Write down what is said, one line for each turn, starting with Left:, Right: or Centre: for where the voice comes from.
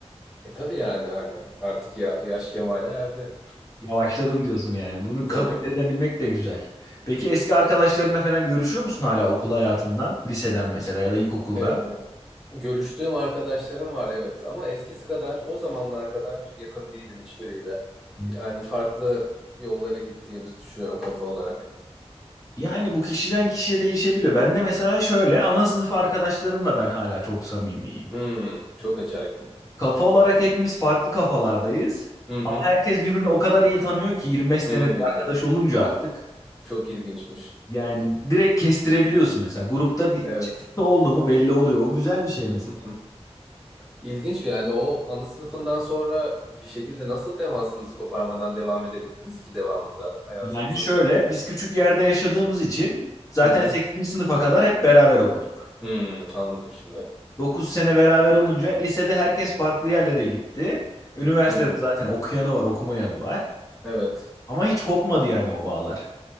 Centre: E tabii yani hani artık ya, yaş kemale erdi.
Left: Yavaşladım diyorsun yani. Bunu kabul
Centre: Tabii.
Left: edebilmek de güzel. Peki eski arkadaşlarına falan görüşüyor musun hala okul hayatından? Liseden mesela ya da ilkokuldan?
Centre: Ee, görüştüğüm arkadaşlarım var evet ama eskisi kadar o zamanlar kadar yakın değilim hiçbiriyle.
Left: Hmm.
Centre: Yani farklı yollara gittiğimizi düşünüyorum kafa olarak.
Left: Yani bu kişiden kişiye değişebiliyor. Ben de mesela şöyle ana sınıf arkadaşlarımla ben hala çok samimiyim.
Centre: Hmm, çok acayip.
Left: Kafa olarak hepimiz farklı kafalardayız.
Centre: Hı hı.
Left: Ama herkes birbirini o kadar iyi tanıyor ki 25 senedir
Centre: Hmm,
Left: arkadaş olunca artık.
Centre: çok ilginçmiş.
Left: Yani direkt kestirebiliyorsun mesela. Grupta bir
Centre: Evet.
Left: çıkıntı oldu mu belli oluyor. O güzel bir şey mesela.
Centre: Hı hı. İlginç bir yani o ana sınıfından sonra bir şekilde nasıl temasınızı koparmadan devam edebildiniz ki devamında hayatınızın?
Left: Yani şöyle biz küçük yerde yaşadığımız için zaten
Centre: Hı hı.
Left: 8. sınıfa kadar hep beraber okuduk.
Centre: Hmm, anladım şimdi.
Left: 9 sene beraber olunca lisede herkes farklı yerlere gitti. Üniversitede
Centre: Hı hı.
Left: zaten okuyanı var, okumayanı var.
Centre: Evet.
Left: Ama hiç kopmadı yani o bağlar.